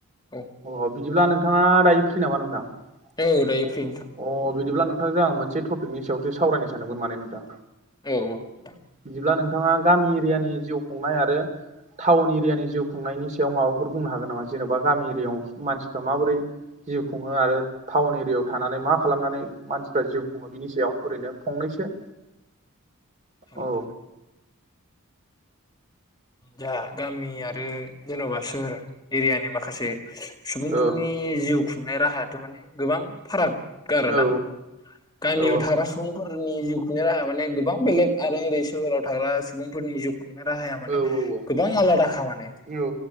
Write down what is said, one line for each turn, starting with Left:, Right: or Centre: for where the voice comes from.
Left: औ
Right: अ बिदिब्ला नोंथाङा दायो फ्रि फ्रि नामा नोंथां
Left: औ
Right: अ
Left: दायो फ्रि नोंथां
Right: बिदिब्ला नों नोंथांजों आं मोनसे टपिकनि सायावसो सावरायनो सानदोंमोन माने नोंथां।
Left: औ
Right: बिदिब्ला नोंथाङा गामि एरियानि जिउ खुंनाय आरो टाउन एरियानि जिउ खुंनायनि सायाव माबाफोर बुंनो हागोन नामा जेन'बा गामि एरियाायाव मानसिफ्रा माबोरै जिउ खुङो आरो टाउन एरियायाव थानानै मा खालामनानै मानसिफ्रा जिउ खुङो बिनि सायाव ओरैनो फंनैसो
Left: अ नोंथां
Right: औ
Left: जाहा गामि आरो जेन'बा सोर एरियानि माखासे सुबुंफोरनि
Right: औ
Left: जिउ खुंनाय राहायाथ' माने गोबां फाराग आरोना।
Right: औ
Left: गामि
Right: औ
Left: थाग्रा सु सुबुंफोरनि जिउखौनो राहा माने गोबां बेलेग आरो ओरै सोहोराव थाग्रा सुबुंफोरनि जिउ खुंनाय राहाया माने
Right: औ औ
Left: गोबां आलादाखा माने।
Right: औ